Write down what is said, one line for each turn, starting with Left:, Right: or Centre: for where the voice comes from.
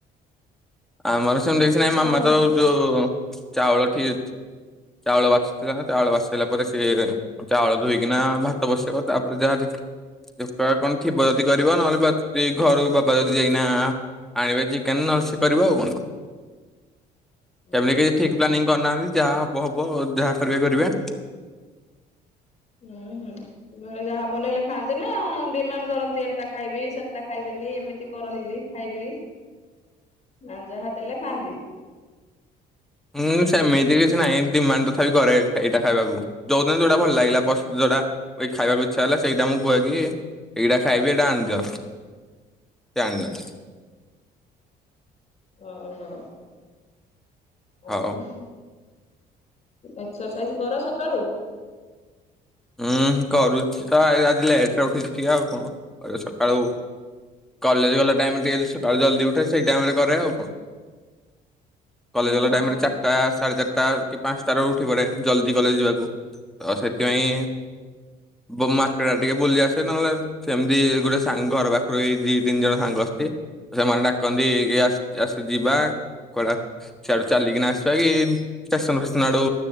Centre: ଆମର ସେମତି କିଛି ନାଇଁ
Left: କଣ
Centre: ମାମା
Left: ବନେଇ
Centre: ତ ଯୋଉ ଚାଉଳ ଠି ଚାଉଳ ବାଛୁଥିଲା ନା ଚାଉଳ ବାଛି ସାଇଲା ପରେ ସିଏ ଚାଉଳ ଧୋଇକିନା ଭାତ ବସେଇବ ତାପରେ ଯାହା ଦେ ଦୋଖା କଣ ଥିବ ଯଦି କରିବ ନହେଲେ ବାଛି ଦେଇ ଘରୁ ବାବା ଯଦି ଯାଇକିନା ଆଁ ଆଁ ଆଣିବେ ଚିକେନ ନହେଲ ସେ କରିବ ଆଉ କଣ ହେମିତି
Left: ଓହୋ
Centre: କିଛି ଠିକ ପ୍ଲାନିଂ କରନାହାନ୍ତି ଯାହା ହ ବ ହବ ଆଉ ଯାହା କରିବେ କରିବେ।
Left: ହୁଁ ହୁଁ ଘରେ ଯାହା ବନେଇଲେ ଖାଆନ୍ତି ନା ଡିମାଣ୍ଡ କରନ୍ତି ଏଟା ଖାଇବି ସେ ଟା ଖାଇବିନି ଏମିତି କରନ୍ତି ବି ଖାଇବି ନା ଯାହା ଦେଲେ ଖାଆନ୍ତି?
Centre: ହୁଁ ସେମିତି କିଛି ନାଇଁ ଡିମାଣ୍ଡ ତଥାପି କରେ ଏଇଟା ଖାଇବାକୁ। ଯୋଉ ଦିନ ଯୋଉଟା ଭଲ ଲାଗିଲା ପସ ଯୋଉଟା ବି ଖାଇବାକୁ ଇଚ୍ଛା ହେଲା ସେଇଟା ମୁଁ କୁହେ କି ଏଇଟା ଖାଇବି ଏଇଟା ଆଣିଦିଅ ସିଏ ଆଣିଦିଅନ୍ତି।
Left: ଓହୋ।
Centre: ହଉ।
Left: ଆଉ ଏକସରସାଇଜ କର ସକାଳୁ?
Centre: ଉଁ ହୁଁ କରୁଚି ତ ଆଜ ଆଜି ଲେଟରେ ଉଠିଚି ଟିକେ ଆଉ କଣ କରିବ ସକାଳୁ କଲେଜ ଗଲା ଟାଇମ୍ ଟିକେ ସକାଳୁ ଜଲଦି ଉଠେ ସେଇ ଟାଇମରେ କରେ ଆଉ କଣ। କଲେଜ
Left: ଓହୋ।
Centre: ଗଲା ଟାଇମରେ ଚା ଟା ସାଢ଼େ ଚାରଟା କି ପାଁଶଟାରୁ ଉଠି ପଡ଼େ ଜଲ୍ଦି କଲେଜ ଯିବାକୁ ତ ସେଥିପାଇଁ ବୋ ମାର୍କେଟ ଆଡ଼େ ଟିକେ ବୁଲି ଆସେ ନହେଲେ ଆଉ ସେମିତି ଗୋଟେ ସାଙ୍ଗ ଘର ପାଖୁରୁ ଏଇ ଦି ତିନି ଜଣ ସାଙ୍ଗ ଆସଚି ସେମାନେ ଡାକନ୍ତି କି ଆସ୍ ଆସ ଯିବା କୁଆଡ଼େ ଆ। ସିଆଡ଼ୁ ଚାଲିକିନା ଆସିବା କି ଷ୍ଟେସନ ଫେସନ ଆଡୁ